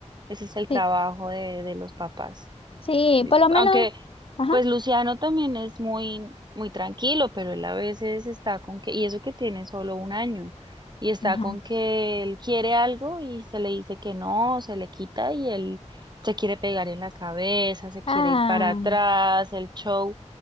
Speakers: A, on the right; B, on the left.
A: Ese es el trabajo
B: sí,
A: de, de los papás.
B: sí, por lo
A: Aunque,
B: menos. Ajá,
A: pues Luciano también es muy, muy tranquilo, pero él a veces está con que, y eso que tiene solo un año, y está
B: ajá.
A: con que él quiere algo y se le dice que no, se le quita y él se quiere pegar en la cabeza, se quiere
B: Ah,
A: ir para atrás, el show,